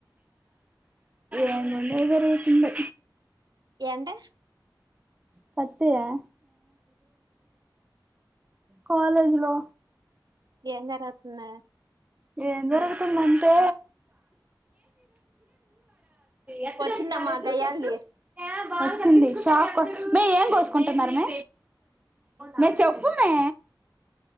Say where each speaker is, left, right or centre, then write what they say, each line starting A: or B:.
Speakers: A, on the right (about 20°); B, on the right (about 60°).
A: ఏందే జరుగుతుంది
B: ఎండ
A: పతి ఏ కాలేజ్ లో
B: ఏం జరుగుతుందా
A: ఏం జరుగుతుందంటే ఎత్తడానికి
B: వచ్చిందమ్మా
A: రాలేదు
B: గయ్యాళిది
A: చెట్లు ప షాప్ మే ఏం కోసుకుంటున్నారు మ మే చెప్పు మే